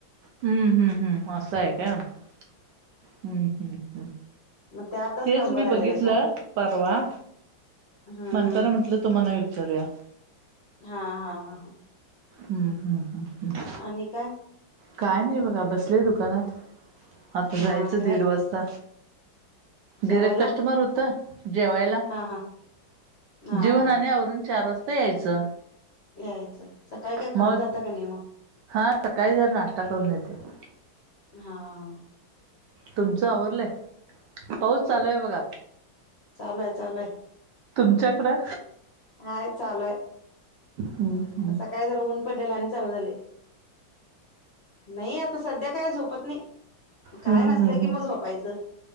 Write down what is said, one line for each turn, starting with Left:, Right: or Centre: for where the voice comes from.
Right: हम्म हम्म हम्म असं आहे का हम्म हम्म हम्म
Left: मग त्यातच
Right: तेच
Left: नंबर
Right: मी
Left: आलेला
Right: बघितलं परवा
Left: हं
Right: तर म्हटलं तुम्हाला विचारूया.
Left: हा हा हा हा
Right: हम्म, हम्म, हम्, हम्
Left: आणि काय?
Right: काय नाही बघा, बसलेय दुकानात, आता
Left: हा
Right: जायचं
Left: गिराक
Right: दीड वाजता.
Left: जेवायला
Right: गैरेक कस्टमर होत,, जेवायला,,
Left: हा हा हा
Right: जेऊन
Left: हा
Right: आणि आवरून चार वाजताऽ ते यायचं.
Left: यायचं, सकाळी काय खाऊन
Right: मग
Left: जाता का ने मग?
Right: हा, सकाळी जरा नाश्ता करून येतोय.
Left: हां,
Right: तुमचं आवरलंय,, पाऊस चालू आहे बघा.
Left: चालूय, चालूय,
Right: तुमच्याकडं,,
Left: हाय चालूय
Right: हम्
Left: सकाळी जरा ऊन पडलेला आणि चांल झाले नाही आता सध्या काय झोपत नाही काय
Right: हम्म
Left: नसलं
Right: हम्म हम्म
Left: कि मग झोपायचं